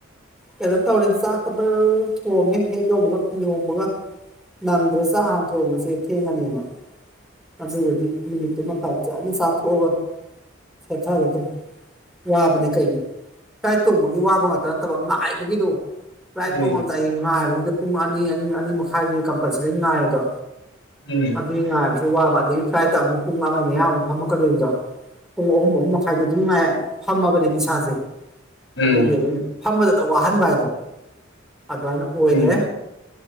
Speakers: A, in the centre; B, on the left (about 60°).
A: ꯀꯩꯅꯣ ꯇꯧꯔꯦ ꯆꯥꯛꯇ ꯕꯥꯔꯔꯥꯞ ꯊꯣꯡꯉꯦ ꯍꯦꯛ ꯌꯧꯕꯒ ꯐꯤ ꯍꯣꯡꯕꯒ ꯅꯪꯗ꯭ꯔꯦ ꯆꯥꯛ ꯍꯥꯟꯅ ꯊꯣꯡꯉꯁꯦ ꯊꯦꯡꯉꯅꯦꯅ ꯑꯗꯨꯒꯗꯤ ꯅꯨꯃꯤꯠꯇꯨꯃ ꯐꯖꯅ ꯆꯥꯊꯣꯛꯑꯒ ꯁꯦꯊꯔꯦ ꯑꯗꯨꯝ ꯋꯥꯕꯅꯦ ꯀꯩꯅꯦ ꯐꯂꯥꯏꯗ ꯇꯣꯡꯕꯒꯤ ꯋꯥꯕ ꯉꯥꯛꯇ ꯅꯠꯇꯕ ꯉꯥꯏꯕꯒꯤꯗꯣ ꯐꯂꯥꯏꯠ
B: ꯎꯝ
A: ꯇꯣꯡꯉꯝꯗꯥꯏꯒꯤ ꯉꯥꯏꯕꯒꯤꯗꯣ ꯑꯗ ꯄꯨꯡ ꯑꯅꯤ ꯑꯅꯤ ꯑꯅꯤ ꯃꯈꯥꯏꯁꯤ ꯀꯝꯄꯜꯁꯔꯤ ꯉꯥꯏꯗꯣ
B: ꯎꯝ ꯎꯝ
A: ꯑꯗꯨ ꯉꯥꯏꯕꯥ ꯋꯥꯕ ꯑꯗꯒꯤ ꯐ꯭ꯂꯥꯏꯠꯇ ꯑꯃꯨꯛ ꯄꯨꯡ ꯑꯃꯃꯩ ꯃꯌꯥꯃꯨꯛ ꯐꯝꯃꯛꯀꯗꯣꯏꯅꯤꯗꯣ ꯄꯨꯡ ꯑꯍꯨꯝ ꯑꯍꯨꯝ ꯃꯈꯥꯏꯗꯤ ꯑꯗꯨꯝ ꯉꯥꯏ ꯐꯝꯃꯕꯅꯦꯕ ꯏꯁꯥꯁꯦ
B: ꯎꯝ
A: ꯑꯗꯨꯒꯤ ꯑꯗꯨꯝ ꯐꯝꯕꯗꯗ ꯋꯥꯍꯟꯕ ꯍꯥꯏꯗꯣ ꯑꯗꯨꯃꯥꯏꯅ ꯑꯣꯏꯔꯦ
B: ꯎꯝ ꯎꯝ